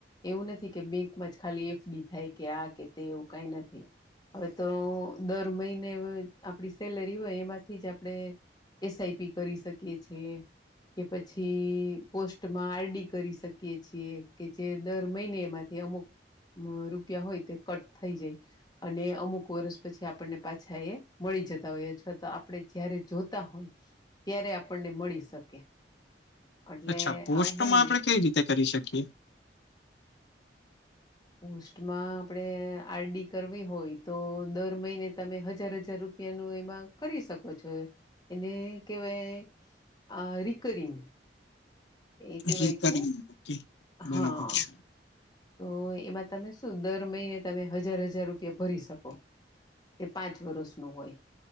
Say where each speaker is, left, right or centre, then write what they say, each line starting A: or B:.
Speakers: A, on the left; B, on the left.
A: એવું નથી કે બેંકમાં જ ખાલી એફડી થાય કે આ કે તે એવું કઈ નથી. હવે તો દર મહિને આપડી સેલરી હોય એમાંથી જ આપડે એસ આઈ પી કરી શકીએ છે કે પછી પોસ્ટમાં આર ડી કરી શકીએ છીએ કે જે દર મહિનેમાંથી અમુક રૂપિયા હોય તે કટ થઈ જાય અને અમુક વર્ષ પછી આપણને પાછા એ મળી મળી જતા હોયએ. છતા આપણે જયારે જોતા હોય ત્યારે આપણને મળી શકે.
B: <inaudible>
A: એટલે
B: અચ્છા પોસ્ટમાં
A: આવું બંને
B: આપણે કઈ રીતે કરી શકીએ?
A: પોસ્ટમાં આપણેે આર ડી કરવી હોય તો દર મહિને તમે હજાર હજાર રૂપ રૂપિયાનું એમાં કરી શકો છો. એને કેવાય આ રિકરિંગ. એ કેવાય
B: રિકરિંગ
A: છે,
B: ઓકે બરાબર
A: હા.
B: છે
A: તો એમાં તમે શું દર મહિને તમે હજાર હજાર રૂપિયા ભરી શકો. તે પાંચ વર્ષનું હોય.